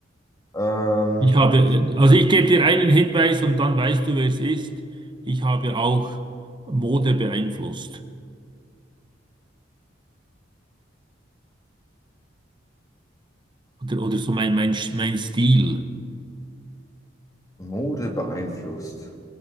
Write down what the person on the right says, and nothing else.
Ich habe,
also ich gebe dir einen Hinweis und dann weißt du, wer es ist. Ich habe auch Mode beeinflusst. Oder, oder so mein, mein, mein Stil.